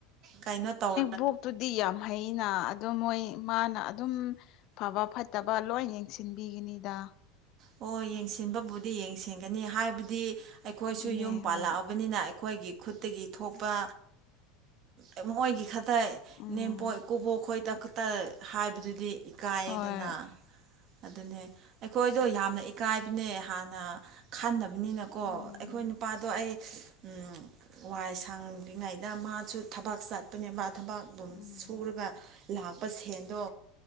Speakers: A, on the right; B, on the left.
A: ꯀꯩꯅꯣ ꯇꯧ
B: ꯕꯣꯛꯇꯨꯗꯤ ꯌꯥꯝ ꯍꯩꯅ ꯑꯗꯣ ꯃꯣꯏ ꯃꯥꯅ ꯑꯗꯨꯝ ꯐꯕ ꯐꯠꯇꯕ ꯂꯣꯏ ꯌꯦꯡꯁꯤꯟꯕꯤꯒꯤꯅꯤꯗ
A: ꯍꯣꯏ ꯌꯦꯡꯁꯤꯟꯕꯕꯨꯗꯤ ꯌꯦꯡꯁꯤꯟꯒꯅꯤ ꯍꯥꯏꯕꯗꯤ ꯑꯩꯈꯣꯏꯁꯨ
B: ꯑꯗꯨꯅꯦ
A: ꯌꯨꯝ ꯄꯥꯜꯂꯛꯑꯕꯅꯤꯅ
B: ꯍꯣꯏ
A: ꯑꯩꯈꯣꯏꯒꯤ ꯈꯨꯠꯇꯒꯤ ꯊꯣꯛꯄ ꯑ ꯃꯣꯏꯒꯤ ꯈꯛ ꯇꯥꯏ
B: ꯎꯝ
A: ꯏꯅꯦꯝꯄꯣꯛ ꯏꯀꯨꯕꯣꯛ ꯈꯣꯏꯗ ꯈꯛꯇ ꯍꯥꯏꯕꯗꯨꯗꯤ ꯏꯀꯥꯏꯌꯦꯗꯅ
B: ꯍꯣꯏ
A: ꯑꯗꯨꯅꯦ ꯑꯈꯣꯏ ꯑꯩꯗꯣ ꯌꯥꯝꯅ ꯏꯀꯥꯏꯕꯅꯦ ꯍꯥꯟꯅ ꯈꯟꯗꯕꯅꯤꯅꯀꯣ
B: ꯎꯝ
A: ꯑꯩꯈꯣꯏ ꯅꯨꯄꯥꯗꯣ ꯑꯩ ꯎꯝ ꯋꯥꯏ ꯁꯪꯗ꯭ꯔꯤꯉꯩꯗ ꯃꯥꯁꯨ ꯊꯕꯥꯛ ꯆꯠ ꯑꯗꯨꯅꯦ ꯃꯥ ꯊꯕꯛ ꯑꯗꯨꯝ
B: ꯎꯝ
A: ꯁꯨꯔꯒ ꯂꯥꯛꯄꯥ ꯁꯦꯟꯗꯣ